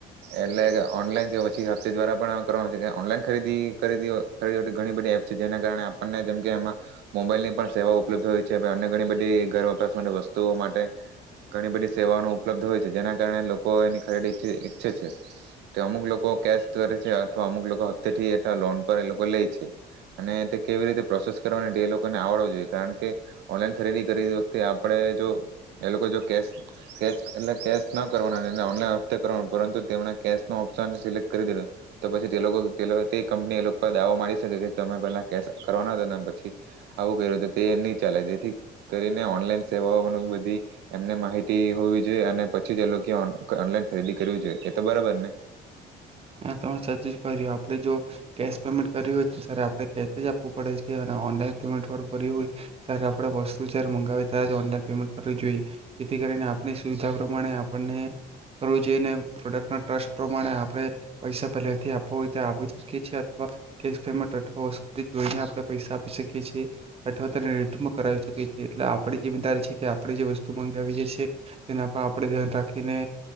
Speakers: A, on the right; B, on the right.
A: એટલે ઓનલાઈન કે પછી હપતે દ્વારા પણ કરવાનું ઓનલાઈન ખરીદી ખ ખરી હો ઘણી બધી એપ છે જેના કારણે આપણને જેમ કે એમાં મોબાઈલની પણ સેવા ઉપલબ્ધ હોય છે અન્ય ઘણી બધી ઘર વપરાશ માટે વસ્તુઓ માટે ઘણી બધી સેવાઓ ન ઉપલબ્ધ હોય છે જેના કારણે લોકો એની ખરીદી ઈચ્છે છે કે અમુક લોકો કેશ કરે છે અમુક લોકો હપ્તે થી એટલા લોન પર એ લોકો લે છે અને તે કેવી રીતે પ્રોસેસ કરવાની એ લોકોને આવડવો જોઈએ કારણ કે ઓનલાઈન ખરીદી કરી વખતે આપણે જો એ લોકો કેસ કેસ એટલે કેસ ના કરવાના ઓનલાઇન હફ્તે કરવું પરંતુ તેમણે કેશ ન ઓપ્શન સિલેક્ટ કરી દીધો તો પછી તે લોકો તે કંપની એ લોકો પર દાવો માની શકે કે તમે પેલા કેશ કરવાના હતા ને પછી આવું કર્યું તે નહી ચાલે તેથી કરીને ઓનલાઈન સેવાઓ બધી એમને માહિતી હોવી જોઈએ અને પછી તે લોકો ઓનલાઈન ખરીદી કરવી જોઈએ એ તો બરાબર ને
B: આપણે જો કેસ પેમેન્ટ કર હોય આપણે આપવું પડે છે અને ઓનલાઇન પેમેન્ટ વાળું કરિયું હોય ત્યારે આપ વસ્તુ જારે મંગાવી ત્યારે પેમેન્ટ કર જોઈએ જેથી કરીને આપણી સુવિધા પ્રમાણે આપને કરું જોઈએ પ્રોડક્ટ ટ્રસ્ટ પ્રમાણે આપણે પૈસા પહેથી આપ હોય આપી શકી છીવા કેસ પેન્ટ જોઈ આપ પૈસા આપી શકી છએ અવા તે ર કરાવી શકીએ એટલે આપડી જીમેદારી છે કે આપણે જે વસ્તુ મગાવીએીએ તેના પર આપે ધ્યાન રાખીને